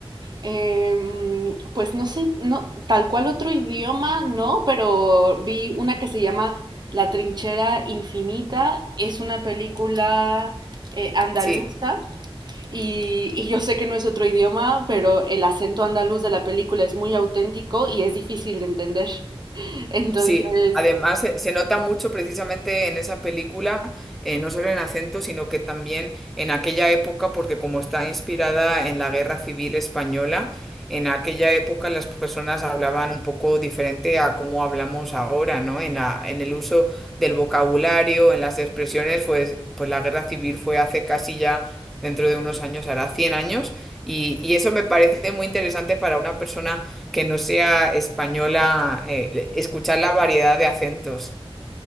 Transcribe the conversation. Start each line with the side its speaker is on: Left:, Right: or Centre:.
Right: Em, pues no sé, no, tal cual otro idioma, no, pero vi una que se llama La trinchera infinita. Es una película eh, andaluza
Centre: Sí.
Right: y, y yo sé que no es otro idioma, pero el acento andaluz de la película es muy auténtico y es difícil de entender. <laughs> Entonces,
Centre: Sí, además eh, se nota mucho precisamente en esa película, eh, no solo en acento, sino que también en aquella época, porque como está inspirada en la Guerra Civil Española, en aquella época las personas hablaban un poco diferente a cómo hablamos ahora, ¿no? En la, en el uso del vocabulario, en las expresiones, pues, pues la guerra civil fue hace casi ya, dentro de unos años, hará 100 años, y, y eso me parece muy interesante para una persona que no sea española, eh, escuchar la variedad de acentos.